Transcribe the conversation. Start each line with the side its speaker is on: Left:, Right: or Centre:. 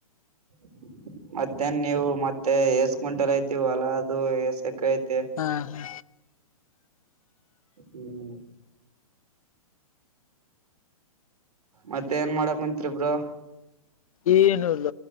Right: <inaudible> ಮತ್ತೇನ್ ನೀವು ಮತ್ತೆ ಎಸ್ ಗುಂಟಲ್ ಐತಿವ ಹೊಲ ಅದು ಎಸಕ ಐತಿ
Left: ಹಾ ಹಾ
Right: ಹ್ಮ್ ಮತ್ತೆ ಏನ್ ಮಾಡಕ್ಂತ್ರಿಬರು
Left: ಏನುೂ ಇಲ್ಲ